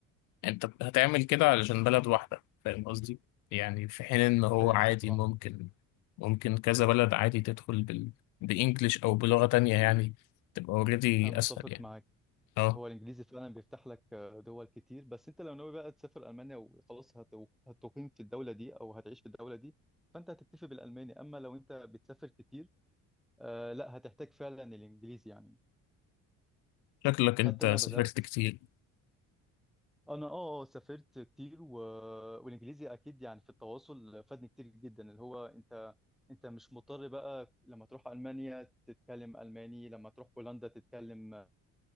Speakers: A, on the left (about 85°); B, in the centre.
A: انت هتعمل كده علشان بلد واحدة فاهم قصدي يعني في حين ان هو
B: فهمتك
A: عادي
B: اه
A: ممكن ممكن كذا بلد عادي تدخل بال بإنجلش او بلغة تانية يعني تبقى اوريدي
B: انا متفق
A: اسهل يعني
B: معاك
A: اه
B: هو الانجليزي فعلا بيفتح لك آه، دول كتير بس انت لو ناوي بقى تسافر المانيا وخلاص هت- هتقيم في الدوله دي او هتعيش في الدوله دي فانت هتكتفي بالالماني اما لو انت بتسافر كتير آه لا هتحتاج فعلا الانجليزي يعني
A: شكلك انت
B: حتى انا
A: سافرت
B: بدات
A: كتير
B: انا اه آه، سافرت كتير و... والانجليزي اكيد يعني في التواصل فادني كتير جدا اللي هو انت انت مش مضطر بقى لما تروح المانيا تتكلم الماني لما تروح بولندا تتكلم